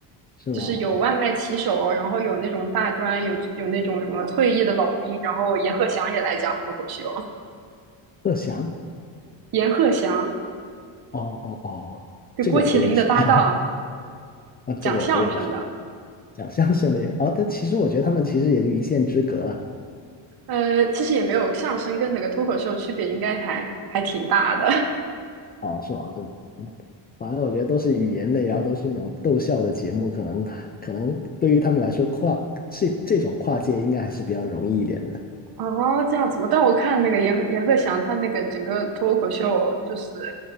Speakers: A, on the left; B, on the right.
A: 是吗？
B: 就是有外卖骑手，然后有那种大专，有有那种什么退役的老兵，然后阎鹤祥也来讲脱口秀，
A: 贺翔？
B: 阎鹤祥
A: 哦哦哦，
B: 就郭麒麟的搭档，
A: 这个我不认识，<laughs> 啊，这个我不认识。
B: 讲相声的，
A: 讲相声的也，哦，但其实我觉得他们其实也就一线之隔了，
B: 呃，其实也没有相声跟那个脱口秀区别，应该还还挺大的。
A: 哦，是吗？嗯，反正我觉得都是语言类，然后都是那种逗笑的节目，可能可能对于他们来说跨这这种跨界应该还是比较容易一点的。
B: 哦，这样子吗？但我看那个阎鹤阎鹤祥，他那个整个脱口秀，就是